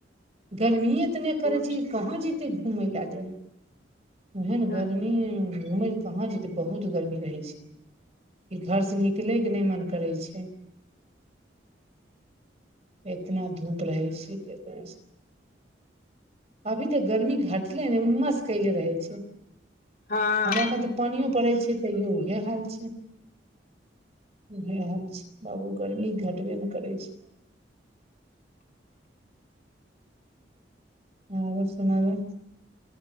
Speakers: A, on the right; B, on the left.
A: गर्मीए तऽ नहि करड़
B: छुट्टी
A: छै कहाँ जते घूमय ल दे एहन गर्मी
B: ह
A: घूम लऽ कहाँ जेतै बहुत गर्मी रहै छै कि घर से निकलै के नहि मन करै छै इतना धूप रहै छै एतना अभी तऽ गर्मी घटले ने उममस कले रहै छै
B: हँ
A: हमराखन तऽ पानियो पड़ै छै तैयो उह हाल छै उह हाल छै बाबू गर्मी घटबे ने करै छी आँ सुनाबू